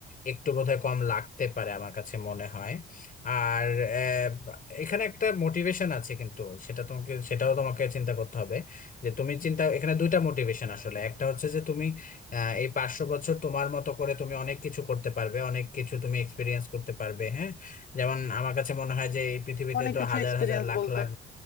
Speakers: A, on the left (about 45°); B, on the left (about 65°).
A: একটু বোধহয় কম লাগতে পারে আমার কাছে মনে হয় আর আহ, এখানে একটা মোটিভেশন আছে কিন্তু সেটা তোমাকে সেটাও তোমাকে চিন্তা করতে হবে যে তুমি চিন্তা এখানে দুইটা মোটিভেশন আসলে একটা হচ্ছে যে তুমি আহ, এই পাঁচশো বছর তোমার মতো করে তুমি অনেক কিছু করতে পারবে অনেক কিছু তুমি এক্সপিরিয়েন্স করতে পারবে হ্যাঁ যেমন আমার কাছে মনে হয় যে এই পৃথিবীতে
B: অনেক
A: তো
B: কিছু
A: হাজার
B: এক্সপিরিয়েন্স
A: হাজার লাখ
B: বলতে
A: লাখ